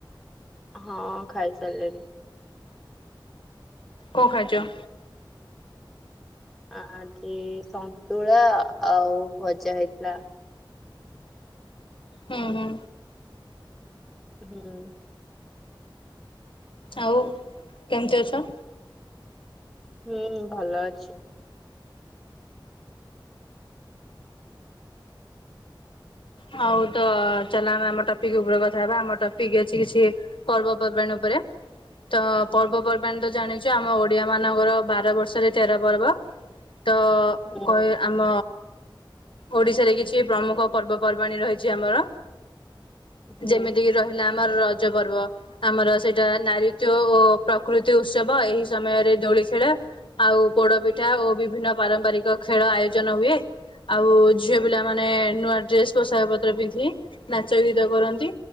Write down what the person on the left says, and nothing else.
କଣ ଖାଇଚ?
ହୁଁ ହୁଁ।
ଆଉ। କେମତି ଅଛ?
ହଉ ତ ଚାଲ ଆମେ ଆମ ଟପିକ ଉପରେ କଥା ହେବା ଆମ ଟପିକ ଅଛି କିଛି ପର୍ବପର୍ବାଣୀ ଉପରେ ତ ପର୍ବପର୍ବାଣିୀ
ତ ଜାଣି ଯେ ଆମ ଓଡିଆ ମାନଙ୍କର ବାର ବର୍ଷରେ ତେର ପର୍ବ ତ
କହି ଆମ ଓଡ଼ିଶାରେ କିଛି ପ୍ରମୁଖ ପର୍ବପର୍ବାଣି ରହିଛି ଆମର।
ଯେମିତିକି ରହିଲା ଆମର ରଜ ପର୍ବ। ଆମର ସେଇଟା ନାରୀିତ୍ୟ ଓ ପ୍ରକୃତି ଉତ୍ସବ ଏହି ସମୟରେ ଦୋଳି ଖେଳେ ଆଉ ପୋଡ ପିଠା ଓ ବିଭିନ୍ନ ପାରମ୍ପରିକ ଖେଳ ଆୟୋଜନ ହୁଏ। ଆଉ ଝିଅ ପିଲା ମାନେ ନୂଆ ଡ୍ରେସ୍ ପୋଷାକ ପତ୍ର ପିନ୍ଧି ନାଚ ଗୀତ କରନ୍ତି